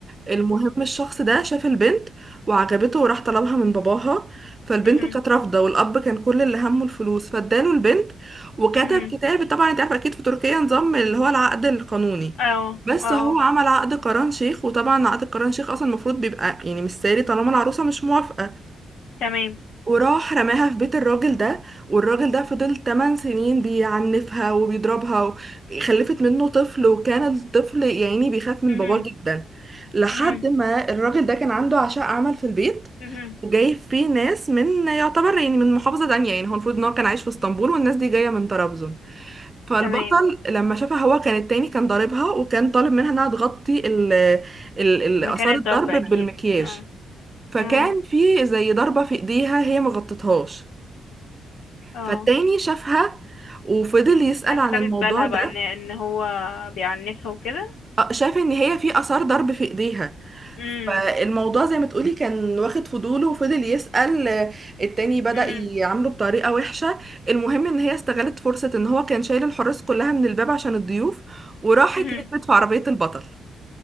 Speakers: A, on the right (about 25°); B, on the left (about 85°).
A: المهم الشخص ده شاف البنت وعجبته وراح طلبها من باباها فالبنت
B: امم
A: كانت رافضة والأب كان كل اللي همه الفلوس فاداله البنت وكتب
B: مهم.
A: كتاب طبعا انت عارفة أكيد في تركيا نظام اللي هو العقد القانوني
B: اه
A: بس
B: اه اه
A: هو عمل عقد قران شيخ وطبعا عقد قران شيخ أصلا المفروض بيبقى يعني مش ساري طالما العروسة مش موافقة
B: تمام
A: وراح رماها في بيت الراجل ده والراجل ده فضل 8 سنين بيعنفها وبيضربها خلفت منه طفل وكان الطفل يعني بيخاف من
B: مهم.
A: باباه جدا لحد
B: مهم.
A: ما الراجل ده كان عنده عشاء عمل في البيت
B: مهم.
A: وجايب فيه ناس من يعتبر يعني من محافظة تانية يعني هو المفروض ان هو كان عايش في اسطنبول والناس دي جاية من طرابزون فالبطل
B: تمام
A: لما شافها هو كان التاني كان ضاربها وكان طالب منها انها تغطي ال ال- ال-
B: مكان
A: آثار
B: الضرب
A: الضرب
B: اكيد
A: بالمكياج
B: اه
A: فكان
B: مم.
A: في زي ضربة في ايديها هي مغطتهاش
B: اه
A: فالتاني شافها وفضل يسأل
B: الناس
A: عن
B: خدت
A: الموضوع
B: بالها
A: ده
B: بقى ان ان هو بيعنفها وكده
A: آه، شاف ان هي في اثار ضرب في ايديها
B: مم.
A: فالموضوع زي ما تقولي كان واخد فضوله وفضل يسأل آه، التاني بدأ
B: مهم.
A: يعامله بطريقة وحشة المهم ان هي استغلت فرصة ان هو كان شايل الحراس كلها من الباب عشان الضيوف وراحت
B: مهم.
A: هربت في عربية البطل